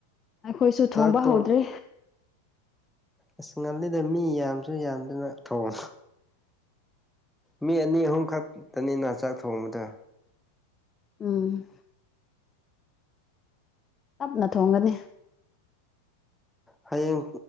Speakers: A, on the left; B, in the centre.
A: ꯑꯩꯈꯣꯏꯁꯨ ꯊꯣꯡꯕ
B: ꯆꯥꯛ ꯇꯣꯛ
A: ꯍꯧꯗ꯭ꯔꯤ
B: ꯑꯁ ꯉꯜꯂꯤꯗ ꯃꯤ ꯌꯥꯝꯁꯨ ꯌꯥꯝꯗꯅ ꯊꯣꯡ ꯃꯤ ꯑꯅꯤ ꯑꯍꯨꯝ ꯈꯛꯇꯅꯤꯅ ꯆꯥꯛ ꯊꯣꯡꯕꯗ
A: ꯎꯝ ꯇꯞꯅ ꯊꯣꯡꯒꯅꯤ
B: ꯍꯌꯦꯡ